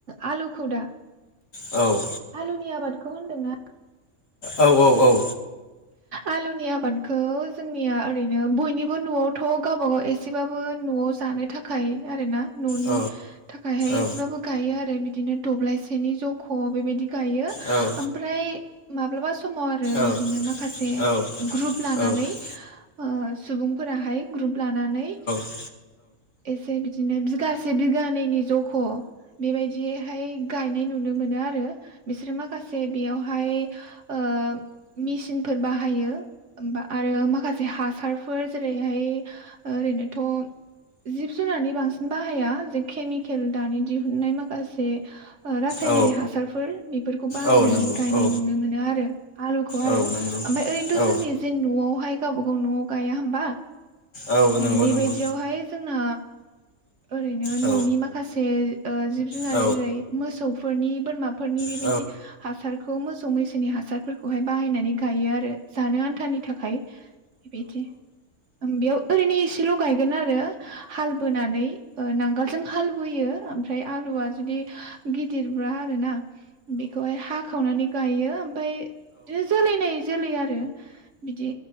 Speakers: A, on the right; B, on the left.
A: आलुखौ दा
B: औ
A: आलुनि आबादखौ होन दोंना
B: औ औ औ
A: आलुनि आबादखौ जोंनिया ओरैनो बयनिबो न'आवथ' गावबाागाव एसेबाबो न'आव जानो थाखाय आरोना न'नि
B: औ
A: थाखायहाय
B: औ
A: एसेबाबो गायो आरो बिदि बिदिनो दब्लायसेनि जख' बेबायदि गायो
B: औ औ
A: आमफ्राय माब्लाबा समाव आरो
B: औ
A: बि माखासे
B: औ
A: ग्रुब लानानै
B: औ
A: ओ सुबुंफोरा हाय ग्रुप लानानै
B: औ
A: एसे बिदि बिगासे बिगानैनि जख'। बेबायदिहाय गाय नुनो मोनो आरो। बिसोरो माखासे बेयावहाय, ओ फोर बाहायो। होमबा आरो माखासे हासार ओ जेरैहाय ओरैनोथ' जिब जुनारनि बांसिन बाहाया जे केमिकेल दानि दिहुनन्नाय माखासे रासायनारि
B: औ
A: हासारफोर बेफोरखौ बाहायनानै
B: औ नंगौ
A: गायनाय
B: औ
A: नुनो मोनो आरो आलुखौ। आरो
B: औ नंगौ
A: ओमफ्राय ओरैनोथ'
B: औ
A: जोंनि जे न'आव ओमफ्राय गावबा गाव न'आव गाया होमबा
B: औ
A: ओ
B: नंगौ
A: बेबायदियावहाय
B: नंगौ
A: जोंना ओरैनो
B: औ
A: न'नि माखासे ओ जिब जुनार
B: औ
A: जेरै मोसौ फोरनि, बोरमा फोरनि बेबायदि
B: औ नौ औ
A: हासारखौ मोसौ-मैसोनि हासार फोरखौहाय बाहायनानै गायोआरो। जानो आन्थानि थाखाय बेदि ओम बेयाव ओरैनो एसेल' गायगोनआरो हाल बोनानै ओ नांगालजों हाल बोयो, ओमफ्राय आलुआ जुदि गिदिरब्ला बेना बेखौहाय हाखावनानै गायो ओमफ्राय बिदि जोलैनाय-जोलैआरो बिदि